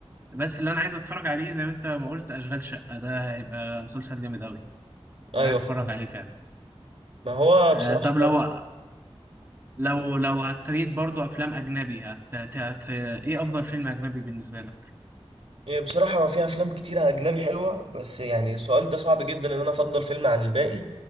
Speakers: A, on the right (about 20°); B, on the right (about 70°).
A: بس اللي انا عايز اتفرج عليه زي ما انت ما قلت اشغال شقه ده هيبقى مسلسل جامد قوي
B: ايوه
A: انا عايز
B: فاهم.
A: اتفرج عليه فعلا
B: ما هو
A: أه
B: بصراحه
A: طب لو لو لو هتريد برضو افلام اجنبي هت... هت... هت... ايه افضل فيلم اجنبي بالنسبه لك
B: يعني بصراحة هو في أفلام كتيرة أجنبي حلوة بس يعني السؤال ده صعب جدا إن أنا أفضل فيلم عن الباقي